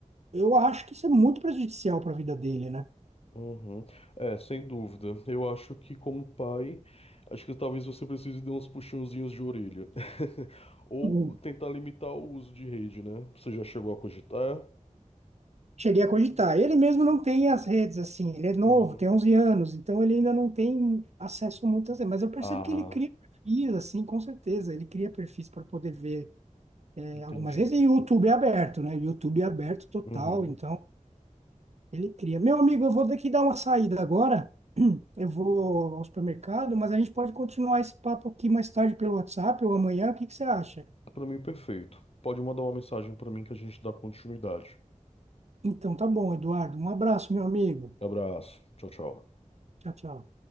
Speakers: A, on the right (about 55°); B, on the left (about 50°).
A: eu acho que isso é muito prejudicial para a vida dele, né?
B: uhum. É, sem dúvida. Eu acho que, como pai, acho que talvez você precise de uns puxãozinhos de orelha. <laughs> Ou
A: Hum.
B: tentar limitar o uso de rede, né? Você já chegou a cogitar?
A: Cheguei a cogitar. Ele mesmo não tem as redes, assim, ele é novo,
B: Uhum.
A: tem 11 anos, então ele ainda não tem acesso a muitas redes. Mas eu percebo
B: Ah,
A: que ele cria perfis, assim, com certeza. Ele cria perfis para poder ver é,
B: entendido.
A: algumas redes. E o YouTube é aberto, né? YouTube é aberto total,
B: Uhum.
A: então Ele cria. Meu amigo, eu vou ter que dar uma saída agora. <clears throat> Eu vou ao supermercado, mas a gente pode continuar esse papo aqui mais tarde pelo WhatsApp ou amanhã. O que que você acha?
B: Para mim, perfeito. Pode mandar uma mensagem para mim que a gente dá continuidade.
A: Então, tá bom, Eduardo. Um abraço, meu amigo.
B: Abraço. Tchau, tchau.
A: Tchau, tchau.